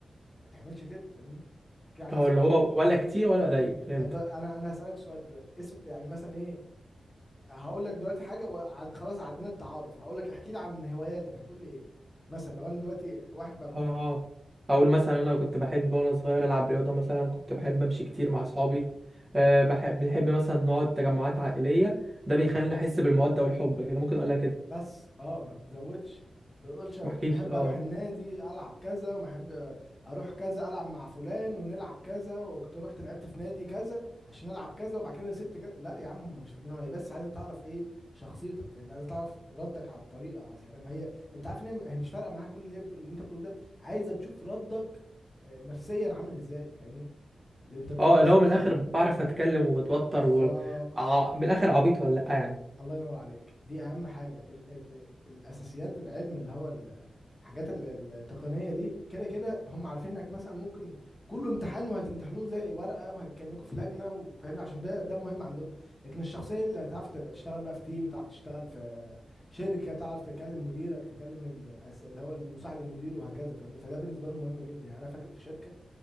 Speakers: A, on the left; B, on the right.
A: ما تعملش كده فاهمني احكي لي عن
B: هو
A: نفسك
B: اللي هو ولا كتير ولا قليل فهمتك
A: طب انا انا هسالك سؤال دلوقتي اسم يعني مثلا ايه هقول لك دلوقتي حاجه وع- خلاص عدينا التعارف هقول لك احكي لي عن هواياتك هتقول لي ايه مثلا لو انا دلوقتي واحد بب-
B: اه اه. اقول مثلا انا كنت بحب وانا صغير العب رياضه مثلا كنت بحب امشي كتير مع اصحابي أه بحب بنحب مثلا نقعد تجمعات عائليه ده بيخليني احس بالموده والحب كده ممكن اقولها كده
A: بس اه ما تزودش ما تقولش انا
B: ما احكيش
A: كنت بحب
B: اه
A: اروح النادي العب كذا وما احب اروح كذا العب مع فلان ونلعب كذا وكنت رحت لعبت في نادي كذا عشان العب كذا وبعد كده سبت كذا لا يا عم هم مش فاضيين هي بس عايزه تعرف ايه شخصيتك فاهمني عايزه تعرف ردك على الطريقه على الكلام هي انت عارف ان هي م- هي مش فارقه معاها كل اللي هي بتقول اللي انت بتقوله ده عايزه تشوف ردك آه، نفسيا عامل ازاي فاهمني الانترفيو
B: اه
A: النفسي
B: اللي هو من
A: ده
B: الاخر بعرف اتكلم وبتوتر
A: بالظبط
B: و ع- من الاخر عبيط ولا لا يعني
A: الله ينور عليك دي اهم حاجه ال ال الاساسيات العلم اللي هو ال- الحاجات ال- التقنيه دي كده كده هم عارفين انك مثلا ممكن كله امتحان وهتمتحنوه زي ورقه وهتكلمكم في لجنه وفاهمني عشان ده ده مهم عندهم لكن الشخصيه اللي هتعرف تبقى تشتغل بقى في تيم تعرف تشتغل في شركه تعرف تكلم مديرك تكلم الأس- اللي هو المساعد المدير وهكذا فاهمني فده بالنسبه لهم مهم جدا يعني انا فاكر في شركه